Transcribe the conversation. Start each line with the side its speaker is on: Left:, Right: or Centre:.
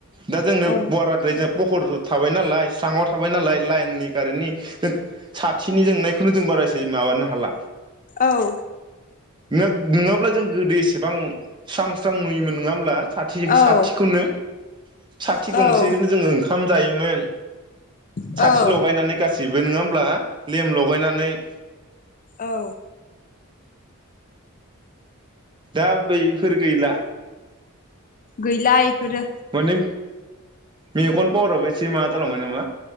Right: दा जोंनो
Left: औ
Right: बराराद्राय जाब पहर थाबाय नालाय स्रङाव थाबाय नालाय, लाइननि कारेन्टनिों साथिनि जोंनायखौ खु द बारा एसेै माबानो हाला।
Left: औ
Right: न नङाब्ला जों गोदो एसेबां स्रां स्रां नुयोमोन नङाम प्लास साथिखो
Left: औ
Right: साथि नो, साथि
Left: औ
Right: गंसेखौनो जोङो ओंखाम जायोमोन।
Left: औ
Right: साथि लगायनानै गाससिबो नङा होमब्ला? लेम लगायनानै <unintelligible>
Left: औ।
Right: <unintelligible> दा बैफोर गैला।
Left: गैला। इफोरो
Right: माने मेगन पावाराबो एसे माबा जालांबाय नामा